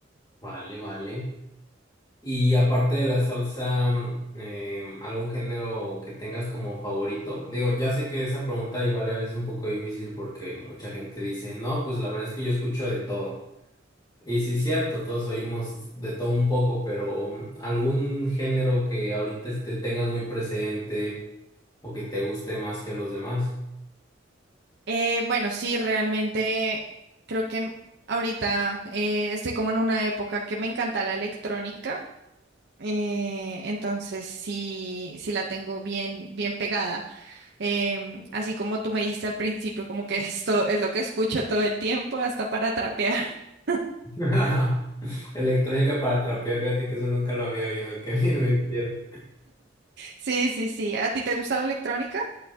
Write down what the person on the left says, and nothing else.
Vale, vale. Y aparte de la salsa, mm, eh, ¿algún género que tengas como favorito? Digo, ya sé que esa pregunta igual a veces es un poco difícil porque mucha gente dice, no, pues la verdad es que yo escucho de todo. Y sí es cierto, todos oímos de todo un poco, pero mm, algún género que ahorita este, tengas muy presente o que te guste más que los demás.
<laughs> Electrónica para trapear, fíjate que eso nunca lo había oído, que bien lo hicieron.